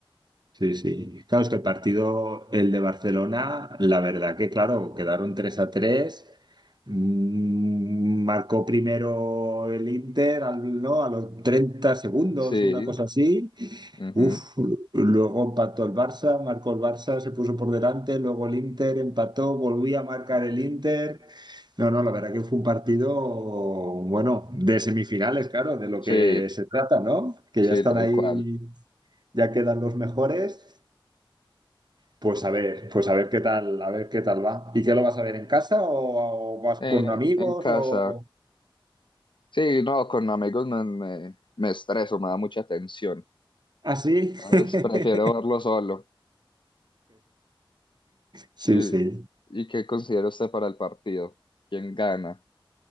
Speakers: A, on the right; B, on the left.
A: Sí, sí. Claro, es que el partido, el de Barcelona, la verdad que, claro, quedaron 3 a 3. Mm, Marcó primero el Inter, al- ¿no? A los 30 segundos,
B: Sí,
A: una cosa así.
B: ujú,
A: Uf, luego empató el Barça, marcó el Barça, se puso por delante, luego el Inter empató, volvía a marcar el Inter. No, no, la verdad que fue un partido, bueno, de semifinales, claro, de lo
B: Sí,
A: que se trata, ¿no? Que
B: Sí,
A: ya están
B: tal
A: ahí
B: cual.
A: ya quedan los mejores. Pues a ver, pues a ver qué tal, a ver qué tal va. ¿Y qué lo vas a ver en casa o, o vas
B: Eh,
A: con amigos
B: en casa.
A: o
B: Sí, no, con amigos me, me, me estreso, me da mucha tensión.
A: así?
B: Entonces,
A: <laughs>
B: prefiero verlo solo.
A: Sí,
B: ¿Y,
A: sí.
B: y qué considera usted para el partido? ¿Quién gana?